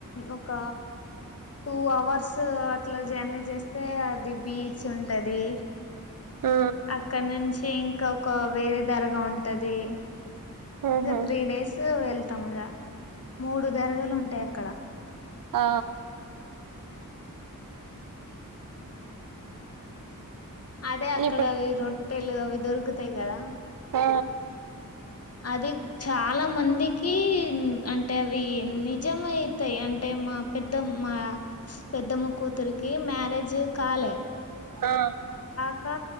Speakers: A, on the left (about 45°); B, on the right (about 70°).
A: ఒక టూ అవర్స్ అట్లా జర్నీ జేస్తే అది బీచ్ ఉంటది
B: ఆ
A: అక్కడ నుంచి ఇంకా ఒక వేరే ధరగా ఉంటది
B: ఆహా
A: ఇక త్రీ డేస్ వెళ్తాం ఇగ మూడు దర్గాలు ఉంటాయి అక్కడ
B: ఆ
A: అదే అక్కడవి
B: ఇప్పుడు
A: రొడ్ తెలుగు అవి దొరుకుతాయి కదా
B: ఆ
A: అది చాలా మందికి కి అంటే అవి నిజమయితాయి అంటే మా పెద్ద మా పెద్దమ్మ కూతురికి మ్యారేజ్ కాలే
B: ఆ
A: ఇంకా